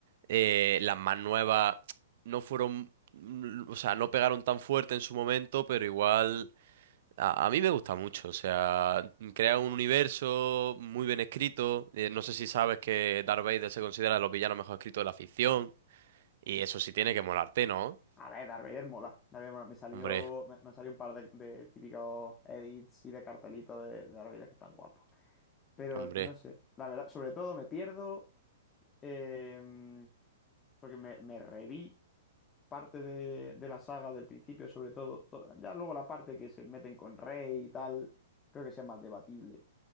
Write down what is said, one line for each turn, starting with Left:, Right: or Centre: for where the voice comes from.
Right: eh, las más nuevas no fueron, mm, o sea, no pegaron tan fuerte en su momento, pero igual. A, a mí me gusta mucho, o sea, crea un universo muy bien escrito. Eh, no sé si sabes que Darth Vader se considera de los villanos mejor escritos de la ficción. Y eso sí tiene que molarte, ¿no?
Left: A ver, Darth Vader mola. Darth Vader mola. Me salió,
Right: Hombre,
Left: me, me salió un par de, de típicos edits y de cartelitos de, de Darth Vader que están guapos. Pero
Right: hombre.
Left: no sé, la verdad, sobre todo me pierdo eh, porque me, me reví. parte de, de la saga del principio, sobre todo, to- ya luego la parte que se meten con Rey y tal, creo que sea más debatible.